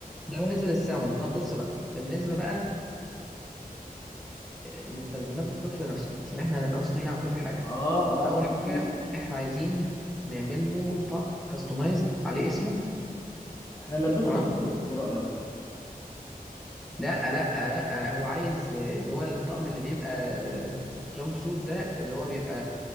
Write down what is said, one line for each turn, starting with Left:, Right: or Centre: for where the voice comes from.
Centre: ده بالنسبه للساوند طب بص بقى بالنسبه بقى لمستلزمات الطفل نفسه عشان احنا هنبقى مسؤولين عن كل حاجه
Left: اه اه
Centre: اول حاجه
Left: اكيد
Centre: احنا عايزين نعمل له طق كاستمايزد عليه اسمه
Left: احنا نلبسه
Centre: تمام
Left: كاستور ايه رايك
Centre: لا آه، لا آه، لا آه، هو عايز آه، اللي هو الطقم اللي بيبقى جامب سوت ده اللي هو بيبقى